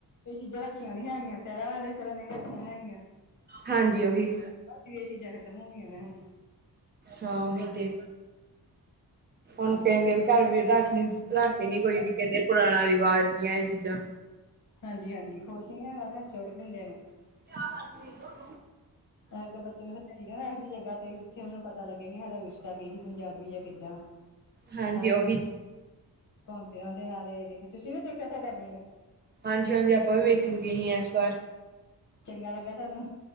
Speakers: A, on the left (about 50°); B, on the right (about 30°).
A: ਇਹ ਚੀਜ਼ਾਂ ਰੱਖੀਆਂ ਨੀ ਹੈਗੀਆਂ ਸੈਰਾਂ ਵਾਲਣ ਸਾਂ ਨਹੀਂ ਰੱਖੀਆਂ ਹੈਗੀਆਂ।
B: ਹਾਂਜੀ, ਉਹੀ।
A: ਵੀ ਇਹ ਚੀਜ਼ਾਂ ਖਤਮ ਹੋ ਗਈਆਂ ਨੇ ਹੁਣ
B: ਹਾਂ ਉਹੀ ਤੇ ਹੁਣ ਕਹਿੰਦੇ ਆ ਵੀ ਘਰ ਵੀ ਰੱਖੀ ਰੱਖ ਕੇ ਨੀ, ਕੋਈ ਵੀ ਕਹਿੰਦੇ ਪੁਰਾਣਾ ਰਿਵਾਜ਼ ਦੀਆਂ ਇਹ ਚੀਜ਼ਾਂ।
A: ਹਾਂਜੀ ਹਾਂਜੀ ਖੁਸ਼ ਨੀ ਹੈਗਾ ਤੇ ਛੁੱਟ ਦਿੰਦੀਆਂ ਨੇ।
B: ਹ
A: ਇਹ ਬੱਚੇ ਨੂੰ ਫੇਰ ਠੀਕ ਹੈ ਨਾ ਇਹੋ ਜਿਹੀ ਜਗ੍ਹਾ ਤੇ ਜਿੱਥੇ ਉਹਨਾਂ ਨੂੰ ਪਤਾ ਲੱਗੇ ਕਿ ਸਾਡਾ ਵਿਰਸਾ ਕੀ ਸੀ ਪੰਜਾਬੀ ਜਾਂ ਕਿੱਦਾਂ,
B: ਹਾਂਜੀ
A: ਨਾਲੇ
B: ਉਹ ਵੀ।
A: ਘੁੰਮ ਫਿਰ ਆਂਦੇ ਨਾਲੇ ਦੇਖ ਤੁਸੀਂ ਵੀ ਦੇਖਿਆ ਸਾਡਾ ਪਿੰਡ।
B: ਹਾਂਜੀ, ਹਾਂਜੀ, ਆਪਾਂ ਵੀ ਵੇਖਣਗੇ ਹੀ ਇਸ ਵਾਰ।
A: ਚੰਗਾ ਲੱਗਾ ਤੁਹਾਨੂੰ।